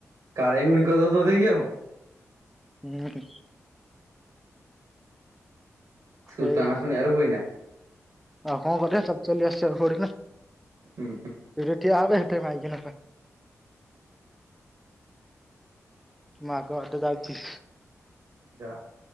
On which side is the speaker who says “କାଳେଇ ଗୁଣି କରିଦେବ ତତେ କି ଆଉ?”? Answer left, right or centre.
Right